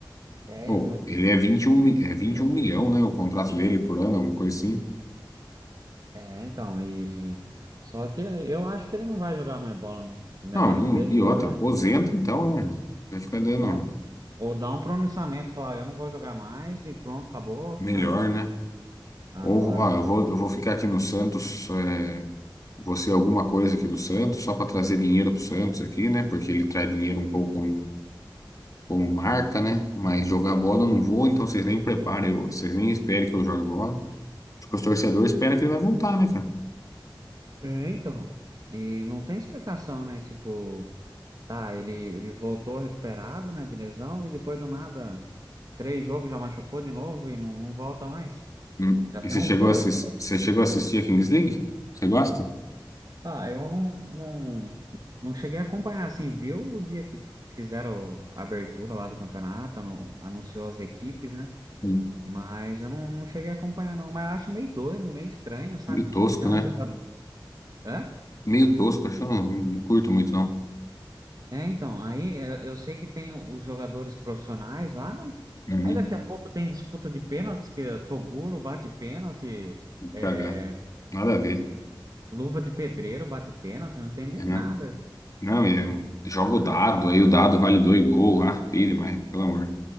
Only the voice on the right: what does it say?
é,
ele não,
não-
É, então, e. Só que eu acho que ele não vai jogar mais bola, não. O negócio
dele
agora.
É, ou dá um pronunciamento, falar, eu não vou jogar mais e pronto, acabou,
né?
Agora,
é, então, e não tem explicação, né? Tipo, tá, ele, ele voltou recuperado, né, de lesão e depois do nada, três jogos já machucou de novo e não, não volta mais.
Já
tem
uns
dois,
né?
Ah, eu não, não, não cheguei a acompanhar, assim, viu o dia que fizeram a abertura lá do campeonato, anu- anunciou as equipes, né?
Mas eu não, não cheguei a acompanhar, não. Mas eu acho meio doido, meio estranho, sabe?
Tipo,
tem
uns jogadores. Hã?
É, então, aí é, eu sei que tem os jogadores profissionais lá, né?
Aí daqui a pouco tem disputa de pênaltis, que é Toguro bate pênalti, é,
Luva de Pedreiro bate pênalti, eu não entendi
nada.